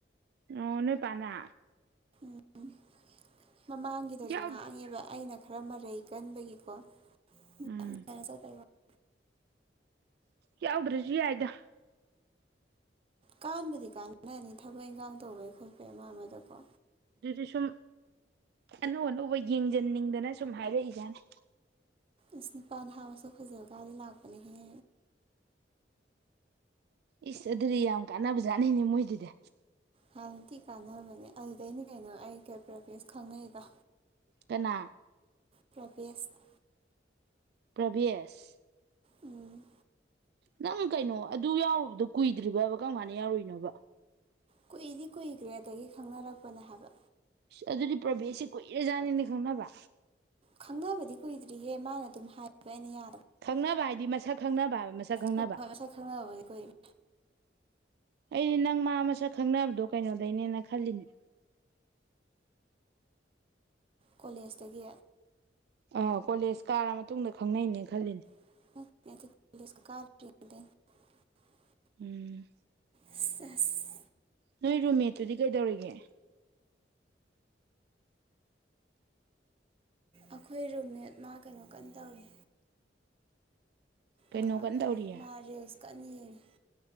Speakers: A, on the right; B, on the right.
A: ꯑꯣ ꯅꫭꯏꯄꯅꯥ
B: ꯎꯝ ꯃꯃꯥꯡꯒꯤꯗꯁꯨ
A: ꯌꯥꯎ
B: ꯉꯥꯡꯉꯦꯕ ꯑꯩꯅ ꯈꯔ ꯃꯔꯩ ꯀꯟꯕꯒꯤꯀꯣ
A: ꯎꯝ
B: ꯌꯥꯝ ꯆꯠꯄꯩ ꯋꯥꯅꯤ
A: ꯌꯥꯎꯗ꯭ꯔꯣꯖꯨ ꯌꯥꯏꯗ
B: ꯀꯥꯟꯕꯗꯤ ꯀꯥꯟꯅꯅꯤ ꯊꯕꯛ ꯏꯟꯈꯥꯡ ꯇꯧꯕꯩ ꯈꯣꯠꯄꯩ ꯑꯃ ꯑꯃꯗꯀꯣ
A: ꯑꯗꯨꯗꯤ ꯁꯨꯝ ꯑꯅꯧ ꯑꯅꯧꯕ ꯌꯦꯡꯖꯟꯅꯤꯡꯗꯅ ꯁꯨꯝ ꯍꯥꯏꯔꯛꯏꯖꯥꯅꯤ
B: ꯏꯁ ꯅꯨꯄꯥ ꯅꯍꯥ ꯃꯁꯛ ꯐꯖꯕ ꯀꯗꯤ ꯂꯥꯛꯄꯅꯤꯍꯦ
A: ꯏꯁ ꯑꯗꯨꯗꯤ ꯌꯥꯝ ꯀꯥꯟꯅꯕꯖꯥꯠꯅꯤꯅꯦ ꯃꯣꯏꯗꯨꯗꯤ
B: ꯍꯥꯟꯅ ꯊꯤ ꯀꯥꯟꯅꯕꯅꯦ ꯑꯗꯨꯗꯩꯩꯅ ꯀꯩꯅꯣ ꯑꯩ ꯀꯦ ꯄ꯭ꯔꯦꯄꯦꯁ ꯈꯪꯅꯩꯗꯣ
A: ꯀꯅꯥ
B: ꯄꫭꯔꯕꯦꯁ
A: ꯄ꯭ꯔꯕꯤꯁ
B: ꯎꯝ
A: ꯅꯪ ꯀꯩꯅꯣ ꯑꯗꯨ ꯌꯥꯎꯔꯨꯕꯗꯣ ꯀꯨꯏꯗ꯭ꯔꯤꯕꯕ ꯀꯔꯝ ꯀꯥꯟꯅ ꯌꯥꯎꯔꯨꯏꯅꯣꯕ
B: ꯀꯨꯏꯗꯤ ꯀꯨꯏꯈ꯭ꯔꯦ ꯑꯗꯒꯤ ꯈꯪꯅꯔꯛꯄꯅꯦ ꯍꯥꯏꯕ
A: ꯑꯗꯨꯗꯤ ꯄ꯭ꯔꯚꯦꯁꯁꯦ ꯀꯨꯏꯔꯖꯥꯠꯅꯤꯅꯦ ꯈꯪꯅꯕ
B: ꯈꯪꯅꯕꯗꯤ ꯀꯨꯏꯗ꯭ꯔꯤꯍꯦ ꯃꯥꯅ ꯑꯗꯨꯝ ꯍꯥꯏꯕ ꯑꯩꯅ ꯌꯥ
A: ꯈꯪꯅꯕ ꯍꯥꯏꯗꯤ ꯃꯁꯛ ꯈꯪꯅꯕ ꯍꯥꯏꯕ ꯃꯁꯛ ꯈꯪꯅꯕ
B: ꯍꯣꯏ ꯍꯣꯏ ꯃꯁꯛ ꯈꯪꯅꯔꯕꯗꯤ ꯀꯨꯏꯔꯦ
A: ꯑꯩꯗꯤ ꯅꯪ ꯃꯥ ꯃꯁꯛ ꯈꯪꯅꯕꯗꯣ ꯀꯩꯅꯣꯗꯩꯅꯦꯅ ꯈꯜꯂꯤꯅꯦ
B: ꯀꯣꯂꯦꯖꯇꯒꯤ
A: ꯑ ꯀꯣꯂꯦꯖ ꯀꯥꯔ ꯃꯇꯨꯡꯗ ꯈꯪꯅꯩꯅꯦ ꯈꯜꯂꯤꯅꯦ
B: <unintelligible>
A: ꯎꯝ
B: ꯑꯁ ꯑꯁ
A: ꯅꯣꯏ ꯔꯨꯝꯃꯦꯠꯇꯨꯗꯤ ꯀꯩꯗꯧꯔꯤꯒꯦ
B: ꯑꯈꯣꯏ ꯔꯨꯝꯃꯦꯠ ꯃꯥ ꯀꯩꯅꯣ ꯀꯟꯅ ꯇꯧꯔꯤ
A: ꯀꯩꯅꯣ
B: ꯑ
A: ꯀꯟꯅ
B: ꯀꯔꯤ
A: ꯇꯧꯔꯤꯌꯦ
B: ꯃꯥ ꯔꯤꯜꯁ ꯀꯟꯅ ꯌꯦꯡꯉꯤ